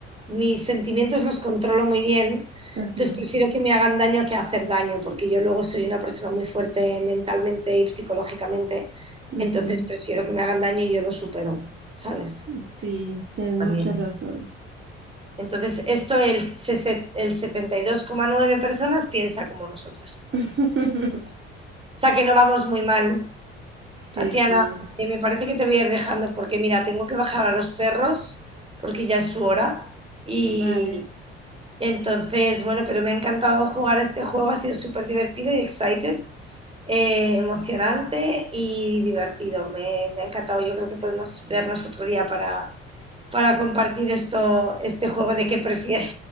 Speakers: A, on the right; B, on the right.
A: mis sentimientos los controlo muy bien,
B: Ajá,
A: entonces prefiero que me hagan daño que hacer daño, porque yo luego soy una persona muy fuerte mentalmente y psicológicamente,
B: ujú,
A: entonces prefiero que me hagan daño y yo lo supero, ¿sabes?
B: Sí, tienes
A: También.
B: mucha razón.
A: Entonces, esto el, sese- el setenta y dos coma nueve personas piensa como nosotros.
B: <laughs>
A: O sea que no vamos muy mal
B: Sí,
A: Tatiana,
B: sí,
A: eh, me parece que te voy a ir dejando porque mira, tengo que bajar a los perros porque ya es su hora. Y
B: vale.
A: entonces, bueno, pero me ha encantado jugar a este juego, ha sido súper divertido y excited, eh, emocionante y divertido. Me, me ha encantado, yo creo que podemos vernos otro día para, para compartir esto, este juego de qué prefieres.